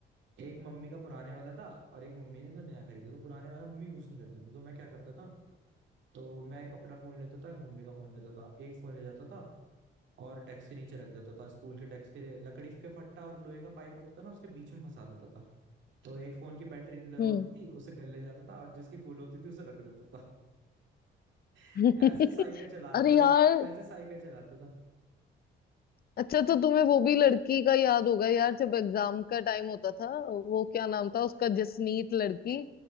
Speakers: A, on the right (about 70°); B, on the left (about 50°).
A: एक मम्मी का पुराने वाला था और एक मम्मी ने तो नया खरीदा तो पुराने वाला मम्मी यूज नहीं करती थी तो मैं क्या करता था तो मैं एक अपना फोन लेता था एक मम्मी का फोन लेता था एक फोन ले जाता था और डेस्क के नीचे रख देता था स्कूल के डेस्क के लकड़ी के फट्टा और लोहे का पाइप होता था ना उसके बीच में फंसा देता था तो एक फोन की बैटरी लो
B: हम्म
A: होती थी उसे घर ले जाता था और जिसकी फुल होती थी उसे रख देता था <laughs>
B: <laughs>
A: ऐसे साइकिल चलाता
B: अरे
A: था
B: यार
A: ऐसे साइकिल चलाता था
B: अच्छा तो तुम्हें वो भी लड़की का याद होगा यार जब एग्जाम का टाइम होता था वो क्या नाम था उसका जसनीत लड़की